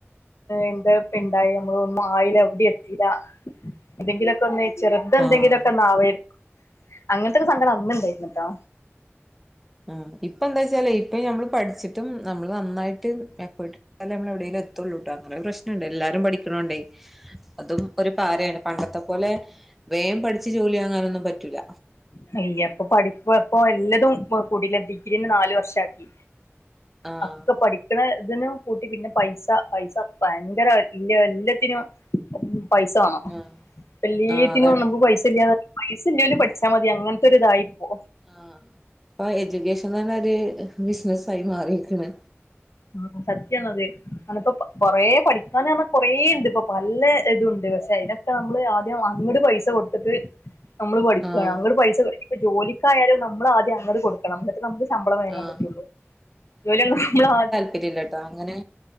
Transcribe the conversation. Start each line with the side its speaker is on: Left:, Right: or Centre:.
Left: എന്താപെണ്ടായി നമ്മള ഒന്നും ആയില എവിടേം എത്തില്ല എന്തെങ്കിലൊക്കെ ഒന്ന് ചെറുതെന്തങ്കിലൊക്കെ
Centre: ആഹ്
Left: ന്നാ വയിരുന്നു അങ്ങനത്തെക്കെ സങ്കടം അന്ന് ഇണ്ടായിന്നു കേട്ടോ
Centre: ഉം ഇപ്പ എന്താ വെച്ചാലേ ഇപ്പ നഞമ്മള് പഠിച്ചിട്ടും നമ്മള് നന്നായിട്ട് എഫെർട്ട് എടുത്താലേ നമ്മള് എവിയേലും എത്തുള്ളൂ കേട്ടോ അങ്ങനെ പ്രശ്നം എല്ലാരും പഠിക്കണണ്ടേ അതും ഒരു പാരയാണ് പണ്ടത്തെ അത് പോലെ വേഗം പഠിച്ച് ജോലി ആകാനൊന്നും പറ്റൂല
Left: <unintelligible> അപ്പൊ പഠിപ്പ ഇപ്പ എല്ലതും കൂടൂല ഡിഗ്രീന്നെ നാലു വർഷം ആക്കി
Centre: ആഹ്
Left: <unintelligible> പഠിക്കണ ഇതിനു കൂട്ടി പിന്നെ പൈസ പൈസ ഭയങ്കരല്ല എല്ലാത്തിനും പൈസ വണോല്ലീത്തിനും
Centre: ആഹ് ആഹ് അതാണ്
Left: നമുക്ക് പൈസ ഇല്ലാതെ പൈസല്ലോല് പടി പച്ചാ മതി അങ്ങനത്തെൊ ഒരു ഇതായിപ്പോ
Centre: ആഹ അപ്പൊ എജ്യൂക്കേഷൻന്ന്ന്നെ ഒരു ബിസിനസ്സായി മാറിയിരിക്കണ്
Left: ആ സത്യാണ്ത് ഞാനിപ്പ കൊറ പഠിക്കൻ കൊറേണ്ട് ഇപ്പൊ പല്ല ഇതുണ്ട് പക്ഷെ അതിനൊക്കെ നമ്മള് ആദ്യം അങ്ങോട്ട പൈസ കൊടുത്തിട്ട് നമ്മള് പഠിക്കുകയ
Centre: ആഹ്
Left: അവര് പൈസ ക ജോലിക്കായാലും നമ്മള് ആദ്യം അങ്ങട് കൊടുക്കണം. നമുക്ക് ശമ്പളം വാങ്ങാൻ
Centre: ആഹ്
Left: പറ്റുള്ളൂ ജോലിയൊന്നും മ്മള്
Centre: ൽപ്പര്യല്ലാട്ടാ അങ്ങനെ